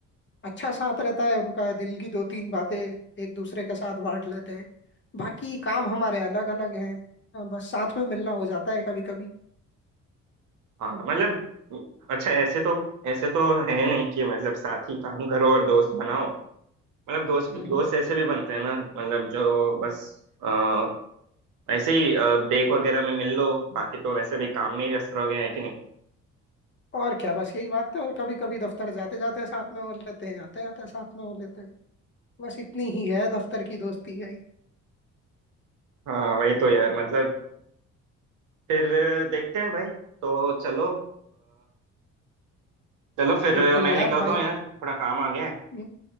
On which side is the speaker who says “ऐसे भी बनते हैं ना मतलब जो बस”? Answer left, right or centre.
Right